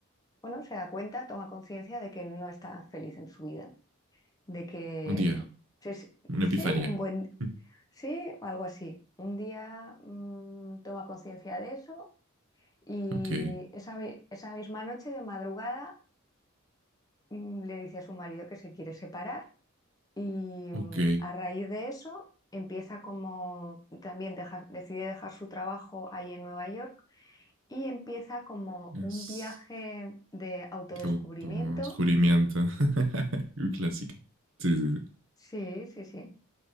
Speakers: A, on the left; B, on the right.
A: bueno, se da cuenta, toma conciencia de que no está feliz en su vida de que
B: un día,
A: sí,
B: una
A: sí,
B: epifanía.
A: un buen,
B: <laughs>
A: sí, o algo así. Un día mm, toma conciencia de eso y
B: Ok,
A: esa, mi- esa misma noche de madrugada mm, le dice a su marido que se quiere separar y
B: ok.
A: mm, a raíz de eso empieza como también dejar, decide dejar su trabajo ahí en Nueva York y empieza como
B: Es
A: un viaje de autodescubrimiento.
B: de autodescubrimiento. <laughs> Un clásico. Sí, sí, sí.
A: Sí, sí, sí.